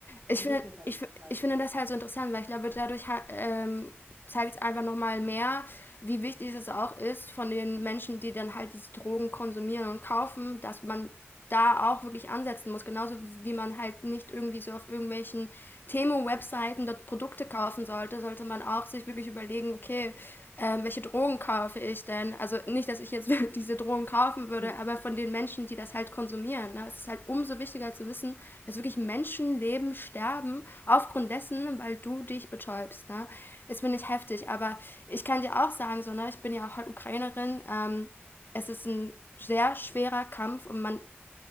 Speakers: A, on the right; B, on the left.
A: Der
B: Ich,
A: Tourismus
B: finde,
A: halt
B: ich,
A: nicht gefallen.
B: ich finde das halt so interessant, weil ich glaube, dadurch ha- ähm, zeigt es einfach nochmal mehr, wie wichtig es auch ist von den Menschen, die dann halt diese Drogen konsumieren und kaufen, dass man da auch wirklich ansetzen muss. Genauso wie man halt nicht irgendwie so auf irgendwelchen Themo-Webseiten dort Produkte kaufen sollte, sollte man auch sich wirklich überlegen, okay, ähm, welche Drogen kaufe ich denn? Also nicht, dass ich jetzt <laughs> diese Drogen kaufen würde,
A: <laughs>
B: aber von den Menschen, die das halt konsumieren. Ne? Es ist halt umso wichtiger zu wissen, dass wirklich Menschenleben sterben, aufgrund dessen, weil du dich betäubst. Ne? Das finde ich heftig,
A: Ja.
B: aber ich kann dir auch sagen, so, ne, ich bin ja auch halt Ukrainerin, ähm, es ist ein sehr schwerer Kampf und man